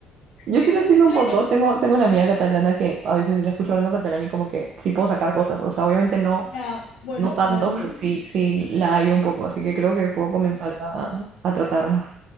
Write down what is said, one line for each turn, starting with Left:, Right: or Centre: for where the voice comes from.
Right: Yo
Left: Entonces,
Right: sí lo entiendo
Left: claro,
Right: un poco. Tengo, tengo una amiga catalana que a veces la escucho hablando catalán y como que sí puedo sacar cosas. O sea, obviamente no,
Left: ya, bueno,
Right: no tanto,
Left: para mí,
Right: pero sí, sí la hay un poco. Así que creo que puedo comenzar a, a tratar.